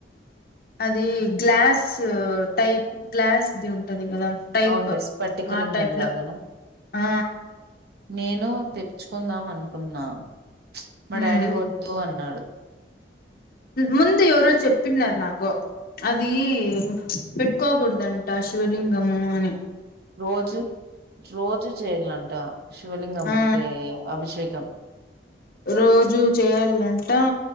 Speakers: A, on the left; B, on the right.
A: అది గ్లాస్ టైప్ గ్లాస్ది ఉంటుంది. ఏద టైప్
B: అవునులే స్పటికలింగం
A: ఆ టైప్ లో
B: లాగానా
A: ఆ
B: నేను తెచ్చుకుందాం అనుకున్నా. మా
A: ఉమ్
B: డాడీ వద్దు అన్నాడు.
A: ముందు ఎవరో చెప్పన్నారు నాకు అది పెట్టుకోకూడదంట. శివలింగము అని
B: రోజు రోజు చేయాలంట శివలింగం
A: ఆ
B: ఉంటే అభిషేకం.
A: రోజూ చేయాలంట